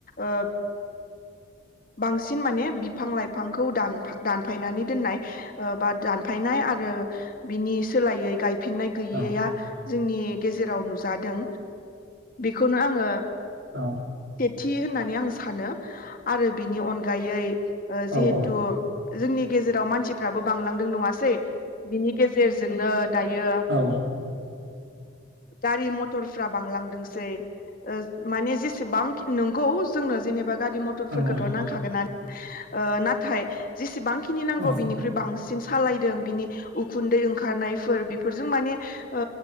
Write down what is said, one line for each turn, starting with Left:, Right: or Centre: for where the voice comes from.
Left: ओ बांसिन माने बिफां लाइफांखौ दान- दानफायनानै दोननाय ओ बा दानफायनाय आरो बिनि सोलायै गाय फिननाय
Right: सान
Left: गैयैया
Right: औ
Left: जोंनि गेजेराव नुजादों बेखौनो आङो
Right: औ
Left: थि होननानै आं सानो आरो बिनि अनगायै ओ
Right: औ
Left: जिहेथु जोंनि गेजेराव मानसिफ्राबो बांलांदों नङासै बिनि गेजेरजोंनो दायो
Right: औ
Left: गारि मथरफ्रा बांलांदोंसै ओ माने जेसेबां नंगौ जोंनो जेनेबा गारि टरफोरखौथ'
Right: औ
Left: नांखागोन ओ नाथाय जेसेबां खिनि नांगौ
Right: औ
Left: बिनिख्रुइ बांसिन सालायदों बिनि खुन्दै ओंखारनायफोर बेफोरजों माने ओ